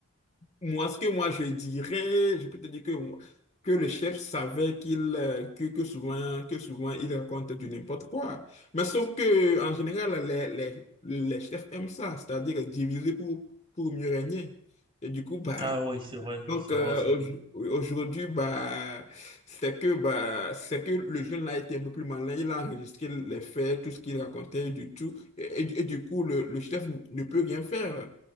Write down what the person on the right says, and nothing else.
Ah oui, c'est vrai,
c'est
vrai aussi.